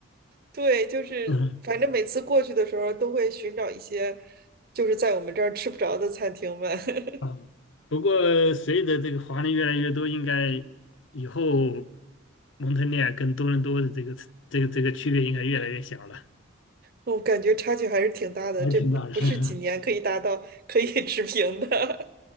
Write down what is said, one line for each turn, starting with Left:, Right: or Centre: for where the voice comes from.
Right: 对，就是反正每次过去的时候都会寻找一些，
Left: 嗯
Right: 就是在我们这儿吃不着的餐厅们，<laughs>
Left: 啊，不过随着这个华人越来越多，应该以后蒙特利尔跟多伦多的这个这个这个区别应该越来越小了，
Right: 我感觉差距还是挺大的，
Left: 还挺大的。
Right: 这不是几年可以达到可以
Left: <laughs>
Right: <laughs> 持平的。